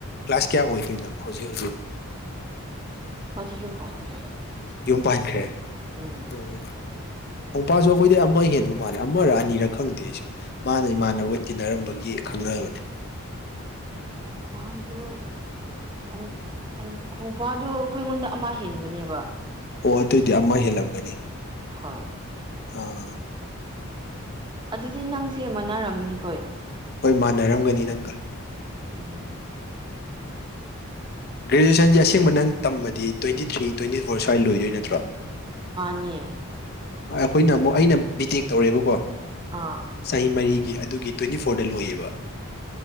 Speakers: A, on the left (about 45°); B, on the right (about 20°).
A: ꯀ꯭ꯂꯥꯁ ꯀꯌꯥ ꯑꯣꯏꯗꯣꯏꯅꯣ ꯍꯧꯖꯤꯛ ꯍꯧꯖꯤꯛ
B: ꯃꯗꯤ ꯌꯨꯝ ꯄꯥꯟꯈ꯭ꯔꯦ
A: ꯌꯨꯝ ꯄꯥꯟꯈ꯭ꯔꯦ
B: ꯎꯝ
A: ꯑꯣ ꯑꯣꯡꯄꯥꯁꯨ ꯑꯩꯈꯣꯏꯗꯤ ꯑꯃ ꯍꯦꯟꯕ ꯃꯥꯜꯂꯦ ꯑꯃꯔ ꯑꯅꯤꯔꯥ ꯈꯪꯗꯦ ꯑꯩꯁꯨ ꯃꯥꯅ ꯏꯃꯥꯟꯅꯕ ꯇꯤꯟꯅꯔꯝꯕꯒꯤ ꯈꯪꯅꯔꯕꯅꯤ
B: ꯑꯣꯄꯥꯡꯗꯣ ꯎꯝ ꯍꯣꯡꯐꯥꯗꯨ ꯑꯩꯈꯣꯏ ꯉꯣꯟꯗ ꯑꯃ ꯍꯦꯟꯕꯅꯦꯕ
A: ꯑꯣ ꯑꯗꯨꯏꯗꯤ ꯑꯃ ꯍꯦꯜꯂꯝꯒꯅꯤ
B: ꯍꯣꯏ
A: ꯑꯥ
B: ꯑꯗꯨꯗꯤ ꯅꯪꯁꯦ ꯃꯥꯟꯅꯔꯝꯅꯤꯅ
A: ꯍꯣꯏ ꯃꯥꯟꯅꯔꯝꯒꯅꯤ ꯅꯪꯒ
B: ꯑꯣ
A: ꯒ꯭ꯔꯦꯖꯨꯋꯦꯁꯟꯁ ꯑꯁꯦꯡꯕ ꯅꯪ ꯇꯃꯗꯤ ꯇ꯭ꯋꯦꯟꯇꯤ ꯊ꯭ꯔꯤ ꯇ꯭ꯋꯦꯟꯇꯤ ꯐꯣꯔ ꯁ꯭ꯋꯥꯏ ꯂꯣꯏꯗꯣꯏ ꯅꯠꯇ꯭ꯔꯥ
B: ꯅꯤ
A: ꯑꯩꯈꯣꯏꯅ ꯑꯃꯨꯛ ꯑꯩꯅ ꯕꯤꯇꯦꯛ ꯇꯧꯔꯦꯕꯀꯣ
B: ꯑꯥ
A: ꯆꯍꯤ ꯃꯔꯤꯒꯤ ꯑꯗꯨꯒꯤ ꯇ꯭ꯋꯦꯟꯇꯤ ꯐꯣ ꯐꯣꯔꯗ ꯂꯣꯏꯌꯦꯕ